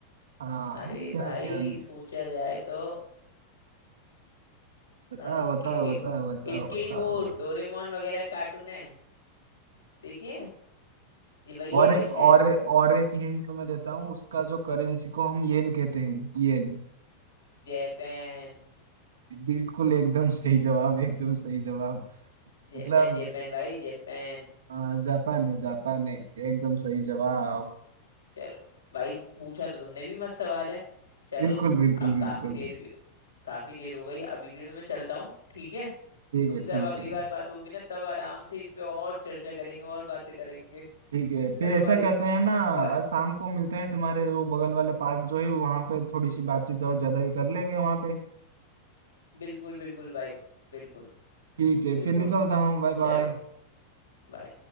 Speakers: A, on the right (about 65°); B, on the left (about 70°).
A: हाँ
B: अरे
A: क्या
B: भाई
A: क्या
B: सोचा जाए तो
A: बताओ
B: आ,
A: बताओ
B: के
A: बताओ बताओ
B: इसके
A: बताओ
B: ही वो डोरेमोन वगैरह कार्टून है देखिए ये वही है
A: और
B: क्या
A: एक
B: शहर
A: और और एक हिंट तुम्हें देता हूँ उसका जो करेंसी को हम येन कहते हैं येन
B: जापान
A: बिल्कुल एकदम सही जवाब एकदम सही जापान। जवाब
B: जापान
A: मतलब
B: जापान भाई जापान
A: आ, जापान है जापान है एकदम सही जवाब
B: चलो भाई पूछा तो तुमने भी मस्त सवाल है चलो
A: बिल्कुल बिल्कुल
B: अब
A: बिल्कुल
B: काफी देर भी काफी देर हो गई अभी के लिए तो मैं चलता हूँ ठीक है
A: ठीक
B: तुमसे
A: है ठीक
B: अब अगली
A: है
B: बार बात होगी ना तब आराम से इस पे और चर्चा करेंगे और बातें करेंगे
A: ठीक है फिर
B: चलो
A: ऐसा
B: भाई
A: करते हैं ना आज
B: बाय
A: शाम को मिलते हैं तुम्हारे वो बगल वाले पार्क जो है वहां पे थोड़ी सी बातचीत और ज्यादा भी कर लेंगे वहां पे
B: बिल्कुल बिल्कुल भाई बिल्कुल
A: ठीक है
B: बिल्कुल
A: फिर निकलता हूँ बाय
B: चलो
A: बाय
B: bye।